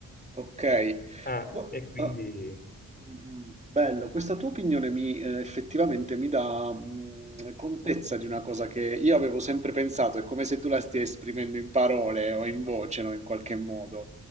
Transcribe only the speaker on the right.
Ok,
Gu-
ah, mm, mm, bello, questa tua opinione mi, eh, effettivamente mi dà mm, contezza di una cosa che io avevo sempre pensato, è come se tu la stia esprimendo in parole o in voce, no, in qualche modo.